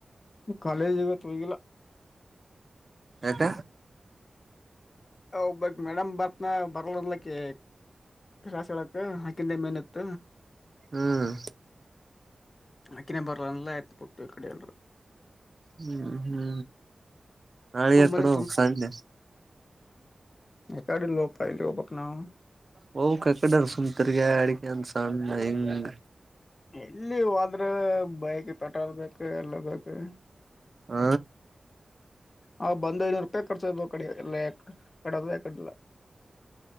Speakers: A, on the left (about 55°); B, on the right (about 50°).
A: ಕಾಲೇಜ್ ಇವತೋಗಿಲ್ಲ
B: ಎಕ್ಕ.
A: ಒಬ್ಬಕಿ ಮೇಡಮ್ ಬತ್ನಾ ಬರಲ್ಲ ಅಂದ ಅಕ್ಕಿ. ಕ್ಲಾಸ್ ಹೇಳಕ್ ಅಕ್ಕಿಂದ ಮೇನ್ ಇತ.
B: ಹ್ಮ್.
A: ಆಕಿನೇ ಬರಲ್ಲ ಆಯತ ಪುಟ್ಟು ಈ ಕಡೆ ಎಲ್ರು
B: ಹ್ಮ್ ಹ್ಮ್ ನಾಳೆಯ
A: ಒಮ್ಮೇಲೆ
B: ಯಕಡೋಗ್ಬೇಕ್ ಸಂಡೆ
A: ಎ ಕಡೆಲಿ ಹೊಗ್ಬೇಕ್ ನಾವು <unintelligible>
B: ಹೋಗ್ಬೇಕು ಸುಮ್ಕೆ ಆಕಡಿಕೆ ತಿರ್ಗ್ಯಡ್ ಕಂಡ್ <unintelligible>
A: ಎಲ್ಲಿ ಹೋದ್ರೆ ಬೈಕ್ ಪೆಟ್ರೋಲ್ ಬೇಕು ಎಲ್ಲ ಬೇಕು.
B: ಹ
A: ಹ ಬಂದ್ ಐನೂರು ರೂಪಾಯಿ ಖರ್ಚ್ ಕಡೆ ಎಲ್ಲ ಯ ಕಡದ ಯಕಡೆಲ್ಲ.